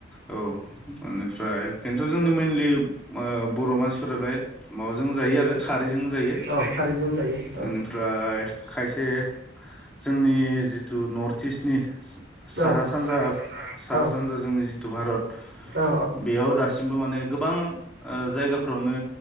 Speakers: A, in the centre; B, on the right (about 65°).
A: औ ओनिफ्राय खिन्थु जोंनि मेनलि बर' मानसिफोरालाय माबाजों जायो आरो खारैजों जायो।
B: औ खारैजों जायो औ
A: ओनफ्राय खायसे जोंनि जिथु नर्थ इस्टनि साहा-सानजा
B: औ
A: साहा-सानजा
B: औ
A: जोंनि जिथु भारत
B: औ
A: बेयाव दासिमबो माने गोबां जायगाफोरावनो